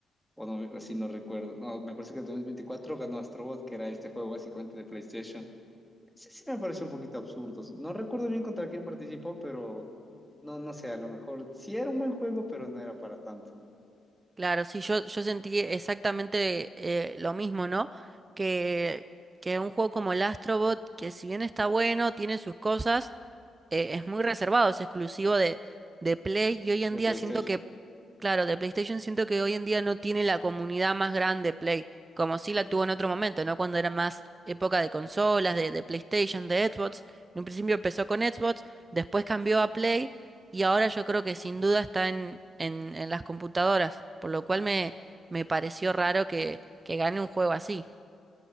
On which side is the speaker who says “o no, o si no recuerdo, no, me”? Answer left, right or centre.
Centre